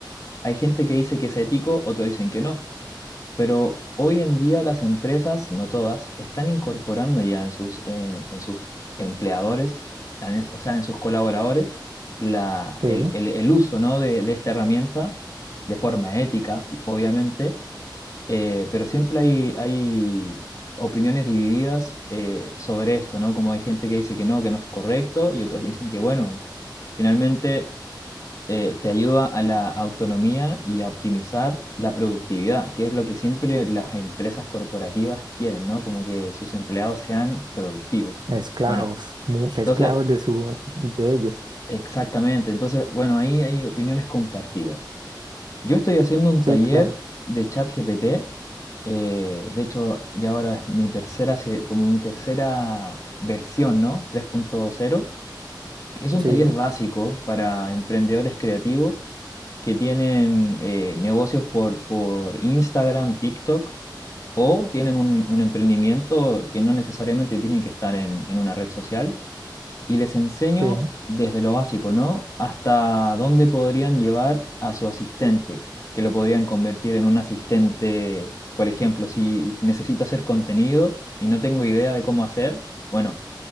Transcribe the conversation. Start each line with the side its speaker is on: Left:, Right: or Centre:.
Left: hay gente que dice que es ético, otros dicen que no. Pero hoy en día las empresas, no todas, están incorporando ya en sus, eh, en sus empleadores, en- o sea, en sus colaboradores, la,
Right: sí,
Left: el, el- el uso, ¿no? de, de esta herramienta de forma ética, obviamente, eh, pero siempre hay, hay opiniones divididas eh, sobre esto, ¿no? Como hay gente que dice que no, que no es correcto, y otros dicen que, bueno, finalmente eh, te ayuda a la autonomía y a optimizar la productividad, que es lo que siempre las empresas corporativas quieren, ¿no? Como que sus empleados sean productivos.
Right: esclavos,
Left: Bueno,
Right: mu- esclavos
Left: entonces,
Right: de su, de ellos.
Left: exactamente. Entonces, bueno, ahí hay opiniones compartidas. Yo estoy haciendo un
Right: Sí,
Left: taller
Right: claro,
Left: de ChatGPT. eh, de hecho, y ahora es mi tercera, se- como mi tercera versión, ¿no? 3.0. Es un
Right: sí,
Left: taller básico para emprendedores creativos que tienen eh, negocios por, por Instagram, TikTok o tienen un, un emprendimiento que no necesariamente tienen que estar en, en una red social. Y les enseño
Right: sí,
Left: desde lo básico, ¿no? Hasta dónde podrían llevar a su asistente, que lo podrían convertir en un asistente, por ejemplo, si, si necesito hacer contenido y no tengo idea de cómo hacer, bueno.